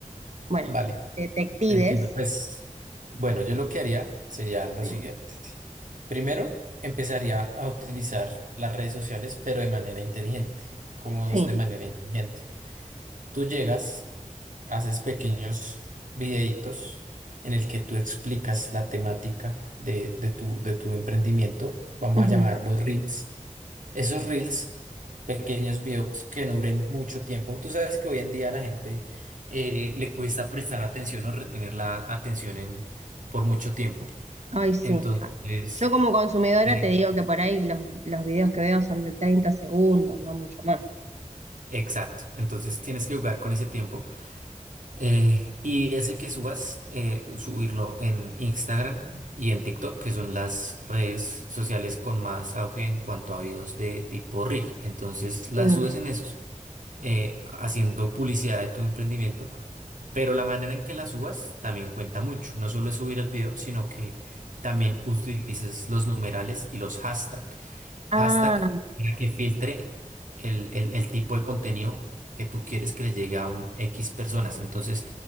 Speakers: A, on the right; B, on the right.
A: bueno,
B: Vale,
A: detectives.
B: te entiendo. Pues bueno, yo lo que haría sería lo
A: Sí.
B: siguiente. Primero, empezaría a utilizar las redes sociales, pero de manera inteligente. como
A: Sí.
B: es de manera inteligente? Tú llegas, haces pequeños videitos en el que tú explicas la temática de, de tu, de tu emprendimiento. Vamos
A: ujú,
B: a llamarlos Reels. Esos Reels, pequeños videos que no duren mucho tiempo. Tú sabes que hoy en día a la gente eh, le cuesta prestar atención o retener la atención en, por mucho tiempo.
A: Ay, sí.
B: Entonces...
A: Yo como consumidora
B: eh,
A: te digo que por ahí los, los videos que veo son de 30 segundos, no mucho más.
B: Exacto, entonces tienes que jugar con ese tiempo eh, y ese que subas, eh, subirlo en Instagram y en TikTok, que son las redes sociales con más auge en cuanto a videos de tipo Reel. Entonces las
A: Mm.
B: subes en esos, eh, haciendo publicidad de tu emprendimiento, pero la manera en que las subas también cuenta mucho. No solo es subir el video, sino que también utilices los numerales y los hashtags.
A: Ah,
B: Hashtag para que filtre el, el- el tipo de contenido que tú quieres que le llegue a un X personas. Entonces,